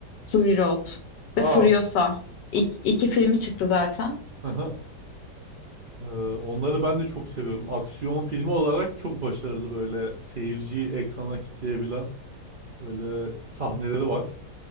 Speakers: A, on the left; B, on the right.
A: Fury Road
B: Aa.
A: ve Furiosa. İk, iki filmi çıktı zaten.
B: Hı hı. Ee, onları ben de çok seviyorum. Aksiyon filmi olarak çok başarılı böyle seyirciyi ekrana kitleyebilen böyle sahneleri var.